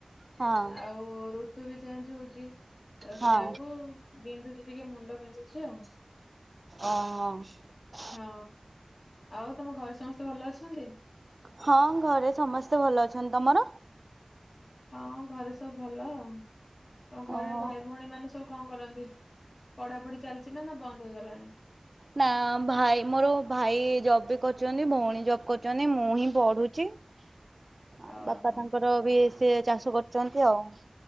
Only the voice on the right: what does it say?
ହଁ
ହଁ
ଅ ହ।
ହଁ ଘରେ ସମସ୍ତେ ଭଲ ଅଛନ୍ତି, ତମର?
ଓହୋ।
ନା ଭାଇ ମୋର ଭାଇ ଜବ୍ ବି କରୁଚନ୍ତି ଭଉଣୀ ଜବ୍ କରୁଚନ୍ତି ମୁଁ ହିଁ ପଢୁଛି। ଅ
ବାପା ତାଙ୍କର ବି ସେ ଚାଷ କରୁଚନ୍ତି ଆଉ।